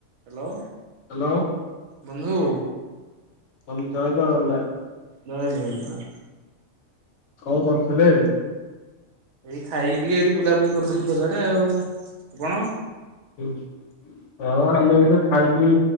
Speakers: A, on the right; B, on the left.
A: Hello.
B: Hello.
A: ବନ୍ଧୁ।
B: ବନ୍ଧୁ ଜୟ ଜଗନ୍ନାଥ।
A: ଜୟ ଜଗନ୍ନାଥ।
B: କଣ କରୁଥିଲେ।
A: ଏଇ ଖାଇକି ଟିକେ ଏଇଠି ବୁଲାବୁଲି କରୁଥିଲୁ ପଦାରେ ଆଉ ଆପଣ।
B: ଉଁ ଆଉ ଆମେ ଏବେ ଖାଇକି